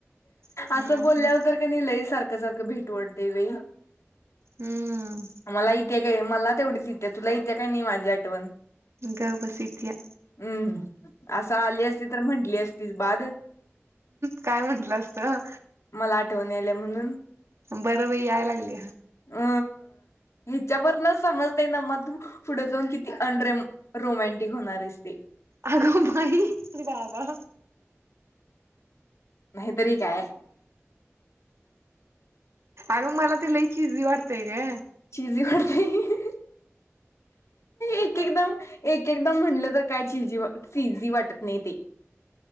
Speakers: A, on the right (about 65°); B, on the left (about 75°).
A: हम्म
B: असं बोलल्यावर तर की नाय लई सारखं सारखं भेटू वाटतंय बाई,
A: हम्म
B: अन मला इत्या काय मला तेवढीच इत्या, तुला इत्या का नाई माझी आठवण?
A: ग बस इतिया.
B: हम्म हम्म, असं आली असती तर म्हंटली असती बाद
A: काय म्हंटलं असतं?
B: मला आठवण यायल्या म्हणून.
A: बरं बाई याय लागली
B: अ ह्याच्यावरन समजतंय ना म तु पुढे जाऊन किती अन रे रोमॅनटिक होणार आहेस ते.
A: आगो बाई, बाबा.
B: नाहीतरी काय.
A: अगं मला ते लय चीजी वाटतेय ग.
B: चीजी वाटतंय. एक एकदम एक एकदम म्हणलं तर काय चिजी चिजी वाटत नाही ते.